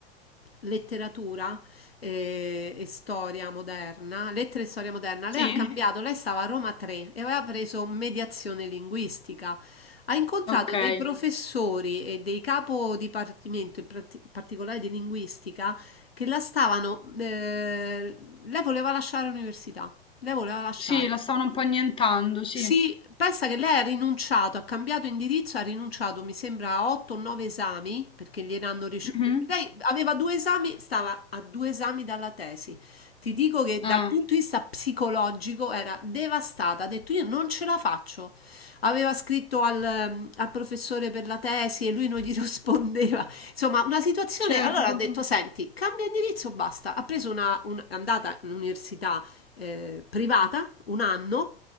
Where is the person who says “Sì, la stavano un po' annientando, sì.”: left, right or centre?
Left